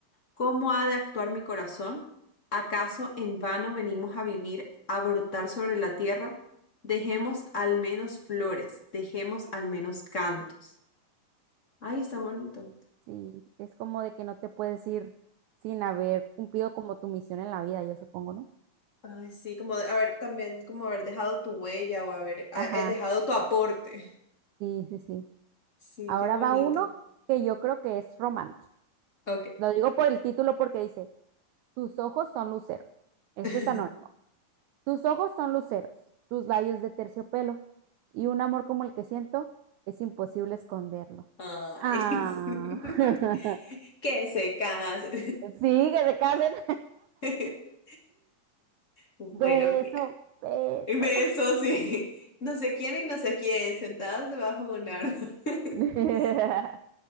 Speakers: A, on the left (about 40°); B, on the right (about 85°).
A: ¿Cómo ha de actuar mi corazón? ¿Acaso en vano venimos a vivir, a brotar sobre la tierra? Dejemos al menos flores, dejemos al menos cantos. Ay, está bonito.
B: Sí, es como de que no te puedes ir sin haber cumplido como tu misión en la vida, yo supongo, ¿no?
A: Ay, sí, como de- haber también, como haber dejado tu huella o haber ah,
B: Ajá,
A: eh, dejado tu aporte.
B: sí, sí, sí.
A: Sí,
B: Ahora
A: qué bonito.
B: va uno que yo creo que es romántico.
A: Ok.
B: Lo digo por el título porque dice, tus ojos son luceros. Esto
A: <laughs>
B: es anónimo. Tus ojos son luceros, tus labios de terciopelo y un amor como el que siento es imposible esconderlo.
A: Ay,
B: Ah. <laughs>
A: <laughs> que se casen.
B: Sí, que se casen.
A: <laughs> Bueno,
B: Beso,
A: mira,
B: beso.
A: besos sí. no sé quién y no sé quién, sentados debajo de un árbol. <laughs>
B: <laughs>